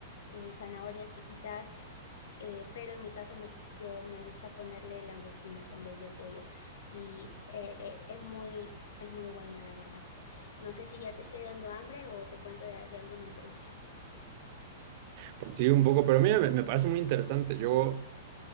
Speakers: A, on the left; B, on the right.
A: eh, zanahorias chiquitas, eh, pero en mi caso me- yo me gusta ponerle langostinos en vez de pollo y eh, eh, es muy, es muy bueno, la verdad. No sé si ya te estoy dando hambre o te cuento de, de algún otro.
B: Pues sí, un poco, pero mira, me, me parece muy interesante. Yo,